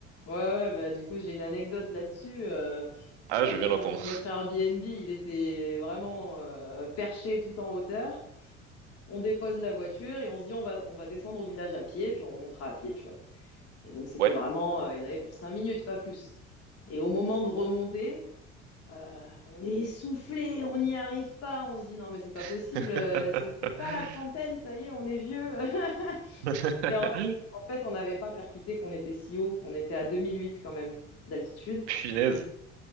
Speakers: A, on the left; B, on the right.
A: ouais, ouais, bah, du coup, j'ai une anecdote là-dessus. Euh,
B: Ah,
A: euh,
B: je
A: notre,
B: veux bien l'entendre.
A: Air- notre Airbnb, il était vraiment euh, perché tout en hauteur. on dépose la voiture et on se dit on va, on va descendre au village à pied, et puis on remontera à pied, tu vois.
B: <laughs>
A: Et donc c'était
B: Ouais.
A: vraiment, euh, il y en avait pour cinq minutes, pas plus. Et au moment de remonter, euh, on est essoufflé, on n'y arrive pas, on se dit non mais c'est pas
B: <laughs>
A: possible, euh, c'est c'est ça la trentaine, ça y est, on est vieux. <laughs>
B: <laughs>
A: Et en, en fait, on n'avait pas percuté qu'on était si haut, on était à 2008 quand même d'altitude.
B: Punaise.